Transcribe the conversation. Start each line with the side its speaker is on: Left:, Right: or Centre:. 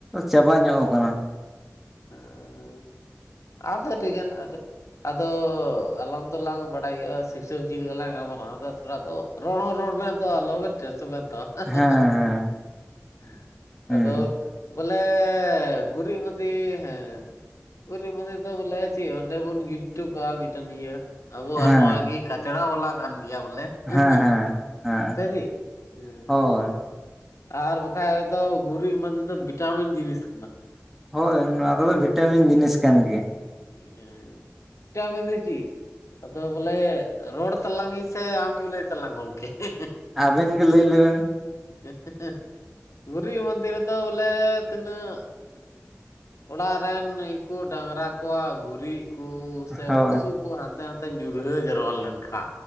Centre: ᱪᱟᱵᱟ ᱧᱚᱜ ᱟᱠᱟᱱᱟ᱾
Left: ᱦᱳᱭ᱾ ᱟᱫᱚ ᱴᱷᱤᱠᱮᱱ ᱟᱡᱮ ᱟᱫᱚ ᱟᱞᱟᱝ ᱫᱚᱞᱟᱝ ᱵᱟᱰᱟᱭ ᱜᱮᱭᱟ ᱥᱤᱥᱟᱹᱵ ᱡᱤᱞ ᱜᱮᱞᱟᱝ ᱜᱟᱞᱢᱟᱨᱟᱣ ᱫᱟ᱾ ᱛᱷᱚᱨᱟ ᱟᱫᱚ ᱨᱚᱲ ᱦᱚᱸ ᱨᱚᱲ ᱵᱮᱱ ᱟᱛᱚ ᱟᱞᱚᱵᱮᱱ ᱴᱮᱱᱥᱮᱱᱵᱮᱱ ᱦᱟᱛᱟᱣᱟ <unintelligible>
Centre: ᱦᱮᱸ ᱦᱮᱸ
Left: <inaudible>
Centre: ᱦᱩᱸ
Left: ᱟᱫᱚ ᱵᱚᱞᱮ ᱜᱩᱨᱤᱡ ᱢᱟᱺᱫᱤ ᱦᱮᱸ᱾ ᱜᱩᱨᱤᱡ ᱢᱟᱺᱫᱮ ᱫᱚ ᱵᱚᱞᱮ ᱪᱮᱜᱽ ᱚᱸᱰᱮ ᱵᱚᱱ ᱜᱤ-ᱴᱚ ᱠᱟᱜ-ᱟ ᱢᱤᱫᱴᱟᱱ ᱤᱭᱟᱹ, ᱟᱵᱚᱣᱟᱜ
Centre: ᱦᱮᱸ
Left: ᱱᱚᱶᱟ ᱜᱮ ᱠᱟᱪᱲᱟ ᱵᱟᱞᱟ ᱠᱟᱱ ᱜᱮᱭᱟ ᱵᱚᱞᱮ <unintelligible>
Centre: ᱦᱮᱸ ᱦᱮᱸ ᱦᱮᱸ
Left: ᱥᱮ ᱠᱤ᱾ ᱦᱩᱸ᱾
Centre: ᱦᱳᱭ
Left: ᱟᱨ ᱵᱟᱠᱷᱟᱡ ᱫᱚ ᱜᱩᱨᱤᱡ ᱢᱟᱫᱮ ᱫᱚ ᱵᱷᱤᱴᱟᱢᱤᱱ ᱡᱤᱱᱤᱥ ᱠᱟᱱᱟ᱾
Centre: ᱦᱳᱭ ᱱᱚᱣᱟ ᱠᱚᱫᱚ ᱵᱷᱤᱴᱟᱢᱤᱱ ᱡᱤᱱᱤᱥ ᱠᱟᱱ ᱜᱮᱭᱟ᱾
Left: ᱦᱮᱸ ᱵᱷᱤᱴᱟᱢᱤᱱ ᱫᱚ ᱪᱤᱫ? ᱟᱫᱚ ᱵᱚᱞᱮ ᱨᱚᱲ ᱛᱟᱞᱟᱝᱧᱤᱧ ᱥᱮ ᱟᱢᱜᱮᱢ ᱞᱟᱹᱭ ᱛᱟᱞᱟᱝ ᱜᱚᱢᱠᱮ <unintelligible>
Centre: ᱟᱵᱮᱱ ᱜᱮ ᱞᱟᱹᱭ ᱞᱮᱵᱮᱱ᱾
Left: <unintelligible> ᱜᱩᱨᱤᱡ ᱢᱟᱸᱫᱮ ᱨᱮᱫᱚ ᱵᱚᱞᱮ ᱛᱤᱱᱟᱹᱜ ᱚᱲᱟᱜ ᱨᱮᱱ ᱠᱩ ᱰᱟᱝᱨᱟ ᱠᱚᱣᱟᱜ ᱜᱩᱨᱤᱡ ᱠᱩ ᱥᱮ
Centre: ᱦᱳᱭ
Left: ᱵᱩᱥᱩᱵ ᱠᱚ ᱦᱟᱱᱛᱮ ᱱᱟᱛᱮ ᱧᱩᱨᱦᱟᱹ ᱡᱟᱨᱣᱟ ᱞᱮᱱ ᱠᱷᱟ᱾